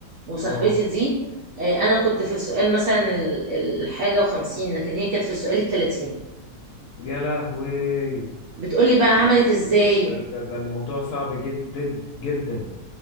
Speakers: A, on the right; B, on the left.
A: وصاحبتي
B: اه
A: دي إيه انا كنت في السؤال مثلا ال- الحاجه وخمسين لكن هي كانت في السؤال التلاتين
B: يا لهوي
A: بتقولي بقى
B: ده
A: عملت ازاي
B: ده ده, ده, ده الموضوع صعب جدا جدا